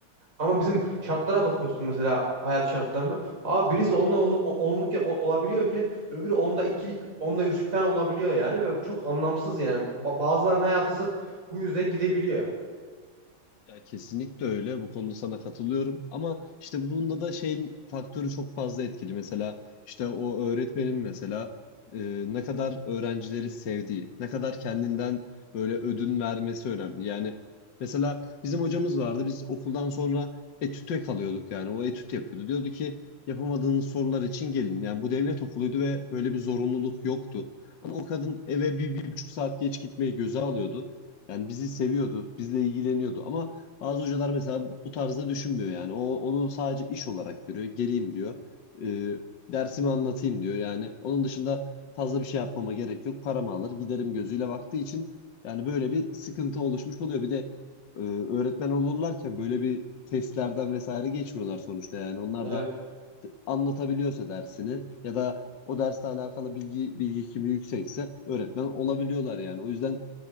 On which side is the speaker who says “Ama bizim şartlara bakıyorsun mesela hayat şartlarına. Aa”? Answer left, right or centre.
Right